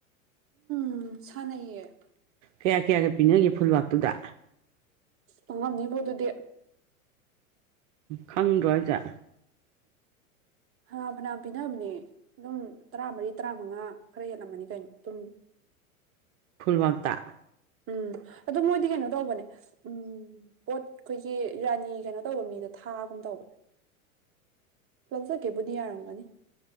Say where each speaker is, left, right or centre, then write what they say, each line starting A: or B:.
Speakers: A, on the right; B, on the right.
A: ꯎꯝ ꯁꯥꯟꯅꯩꯌꯦ
B: ꯀꯌꯥ ꯀꯌꯥꯒ ꯄꯤꯅꯒꯦ ꯐꯨꯜꯋꯥꯛꯇꯨꯗ
A: ꯑꯣꯉꯝꯅꯤꯕꯣ ꯑꯗꯨꯗꯤ
B: ꯈꯪꯗ꯭ꯔꯣ ꯑꯩꯁꯦ
A: ꯐꯅꯥꯝ ꯐꯅꯥꯝ ꯄꯤꯅꯕꯅꯦ ꯑꯗꯨꯝ ꯇꯔꯥꯃꯔꯤ ꯇꯔꯥꯃꯉꯥ ꯈꯔ ꯍꯦꯜꯂꯝꯃꯅꯤ ꯀꯩꯅꯣ ꯑꯗꯨꯝ
B: ꯈꯨꯨꯜꯋꯥꯛꯇ
A: ꯎꯝ ꯑꯗꯨ ꯃꯣꯏꯗꯤ ꯀꯩꯅꯣ ꯇꯧꯕꯅꯦ ꯎꯝ ꯄꯣꯠ ꯈꯣꯏꯒꯤ ꯔꯥꯅꯤ ꯀꯩꯅꯣ ꯇꯧꯕ ꯃꯤꯗ ꯊꯥꯒꯨꯝ ꯇꯧꯕ ꯂꯧꯖꯒꯦꯕꯨꯗꯤ ꯌꯥꯔꯝꯒꯅꯤ